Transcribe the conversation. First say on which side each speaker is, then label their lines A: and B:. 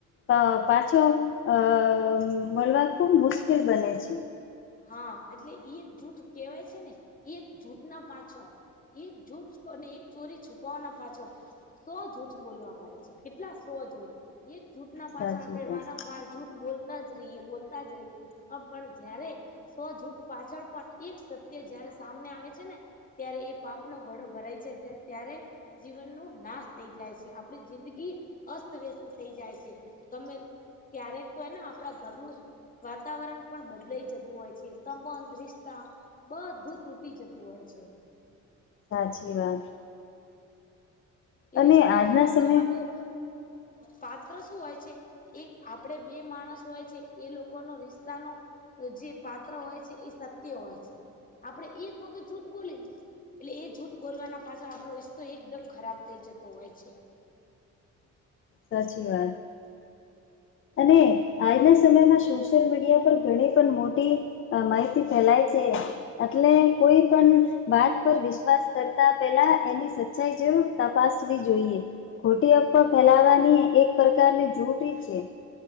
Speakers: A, on the left; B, on the left.
A: અ પાછો અ મળવા ખુબ મુશ્કેલ બને છે.
B: હા એટલે એ એક જૂઠ કેહેવાય છે ને એ એક જૂઠ ના પાછળ એક જૂઠ અને એક ચોરી છુપાવાના પાછળ. સો જૂઠ બોલવા પડે છે કેટલા સો જૂઠ એક જૂઠ ના
A: સાચી
B: પાછળ આપડે
A: વાત
B: વારંવાર જૂઠ બોલ. જ રહીએ બોલતા જ રહીએ પણ જારે સોજૂઠ પાછળ પણ એક સત્ય જયારે સામને આવે છે ને ત્યારે એ પાપ આપનો ઘડો ભરાય છે ત્યારે જીવનનો નાશ થઈ જાય છે આપડી જિંદગી અસ્તવ્યસ્ત થઈ જાય છે તમે ક્યારેક તો એને આપણા ઘરનું વાતાવરણ પણ બદલાઈ જતું. હોય છે સંબંધ રિશ્તા બધું તૂટી જતું હોય છે.
A: સાચી વાત
B: એ
A: અને
B: રિસ્તા
A: આજના
B: ખરાબ
A: સમય
B: થવાનું પાત્ર શું હોય છે. એક આપડે બે માણસ હોય છે એ લોકોનો રિશ્તાનો. તો જે પાત્ર હોય છે એ સત્ય હોય છે આપડે એક વખત જૂઠ બોલી એટલે એ જૂઠ બોલવાના પાછળ આપણો રિસ્્તો એકદમ ખરાબ થઈ જતોું હોય છે
A: સાચી વાત અને આજના સમયમાં સોશિયલ મીડિયા પર ઘણી પન મોટી. અ માહિતી ફેલાય છે. અટલે કોઈ પન વાત પર વિશ્વાસ કરતા પેલા એની સચ ચાઈ જરૂર તપાસવી જોઈએ. ખોટી અફવા ફેલાવાની એક પ્રકારની જૂઠી છે.